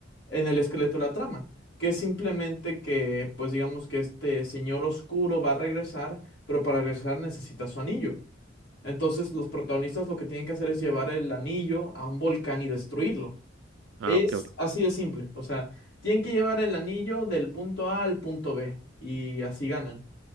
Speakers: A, on the left; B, on the right.
A: en el esqueleto de la trama, que es simplemente que, pues digamos que este señor oscuro va a regresar, pero para regresar necesita su anillo. Entonces los protagonistas lo que tienen que hacer es llevar el anillo a un volcán y destruirlo.
B: Ah,
A: Es
B: ok, ok.
A: así de simple, o sea, tienen que llevar el anillo del punto A al punto B y así ganan.